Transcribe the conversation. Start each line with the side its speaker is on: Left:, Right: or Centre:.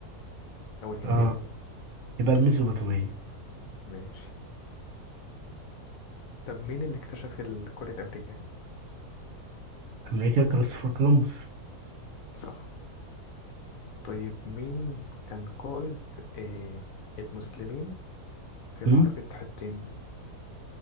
Left: او الهندية
Right: آه يبقى الميزوبوتامية
Left: ماشي طب مين اللي اكتشف ال- قارة امريكا
Right: أمريكا كريستوفر كولومبوس
Left: صح طيب مين كان قائد آه المسلمين في معركة
Right: هم؟
Left: حطين